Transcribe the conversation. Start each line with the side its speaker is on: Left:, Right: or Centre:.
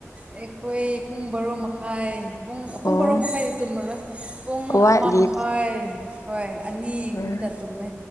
Right: ꯑꯩꯈꯣꯏ ꯄꯨꯡ ꯕꯥꯔꯣ ꯃꯈꯥꯏ ꯄꯨꯡ ꯄꯨꯡ
Left: ꯑꯣ
Right: ꯕꯥꯔꯣ ꯃꯈꯥꯏꯗꯤ ꯇꯨꯝꯃꯔꯣꯏ ꯄꯨꯡ
Left: ꯋꯥꯠꯂꯤ
Right: ꯑꯃ ꯃꯈꯥꯏ ꯍꯣꯏ ꯑꯅꯤꯒꯨꯝꯕꯗ
Left: ꯎꯝ
Right: ꯇꯨꯝꯃꯦ